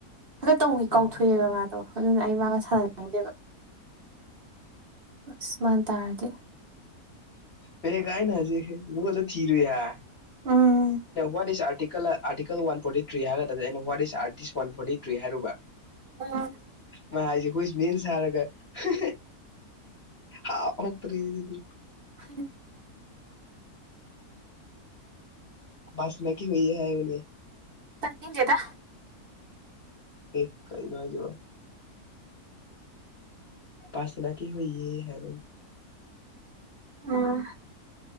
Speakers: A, on the right (about 40°); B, on the left (about 45°).
A: ꯍꯟꯗꯛ ꯇꯧꯏ
B: ꯎꯝ
A: ꯀꯥꯎꯊꯣꯛꯑꯦꯕ ꯃꯥꯗꯣ ꯑꯗꯨꯅ ꯑꯩ ꯃꯥꯒ ꯁꯥꯥꯟꯅꯅꯤꯡꯗꯦꯕ ꯑꯁ ꯃꯥꯟꯅ ꯇꯥꯔꯗꯤ
B: ꯃꯦꯅꯦꯀꯥ ꯑꯩꯅ ꯍꯧꯖꯤꯛ ꯒꯨꯒꯥꯜꯗ ꯊꯤꯔꯨꯏ ꯍꯥ
A: um
B: what is article article one forty three ꯍꯥꯏꯒꯗꯕꯁꯦ ꯑꯩꯅ what is article one forty three ꯍꯥꯏꯔꯨꯕ
A: ꯑꯥ
B: ꯃꯥ ꯍꯥꯏꯁꯦ ꯍꯨꯏꯖꯦ ꯍꯨꯏꯁ ꯃꯤꯟꯁ ꯍꯥꯏꯔꯒ ꯍꯥ ꯍꯥ ꯍꯥꯎꯇ꯭ꯔꯦ ꯁꯤꯗꯤ
A: <unintelligible>
B: ꯕꯁ ꯃꯦꯀꯤꯡ ꯂꯩꯌꯦ ꯍꯥꯏꯕꯅꯦ
A: ꯇꯥꯅꯤꯡꯗꯦꯗ
B: ꯑꯦ ꯀꯩꯅꯣ ꯍꯣꯏꯖꯤꯕꯣ ꯄꯥꯁꯅꯥꯀꯤ ꯍꯨꯏꯌꯦ ꯍꯥꯏꯕꯅꯦ
A: ꯎꯝ